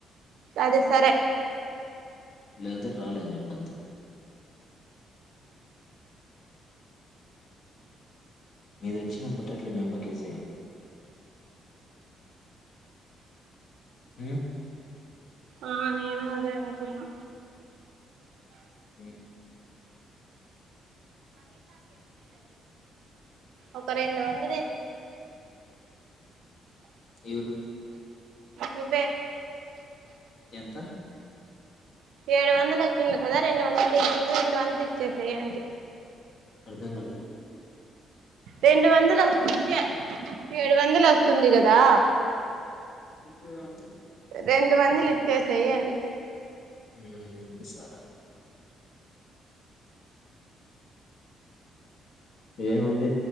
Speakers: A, on the right; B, on the left.
A: అదే సరే
B: లేదంటే రాలే అని చెప్పు అంతే మీదచ్చిన ఏమ్మట్లే అట్ల మీ అమ్మకు ఏసేయ్ ఉ
A: ఆ నేను అదే అనుకున్నా
B: ఉ
A: ఒక రెండు వందలియి
B: ఏ ఊర్లో
A: నువ్వే
B: ఎంత
A: ఏడు వందలొచ్చింది కదా రెండు వందలు ఇయ్యి రెండు వందలిచ్చేసేయ్ అంటి
B: అర్థం గాలే
A: రెండు వందలా చ ఏడు వందలొస్తుంది గదా
B: ఎప్పుడెళ్లాలి
A: రెండు వందలిచ్చేసేయ్ అంటి
B: హ్మ్ మీ సారా ఏముంది